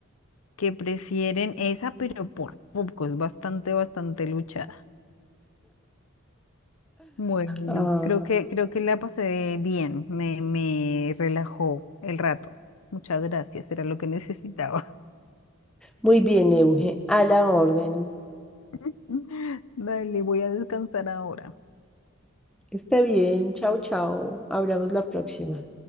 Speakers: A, on the left; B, in the centre.
A: que prefieren esa, pero por poco, es bastante, bastante luchada. Bueno,
B: Ah,
A: creo que, creo que la pasé bien, me, me relajó el rato. Muchas gracias, era lo que necesitaba.
B: muy bien, Euge, a la orden.
A: <laughs> Dale, voy a descansar ahora.
B: Está bien, chao, chao. Hablamos la próxima.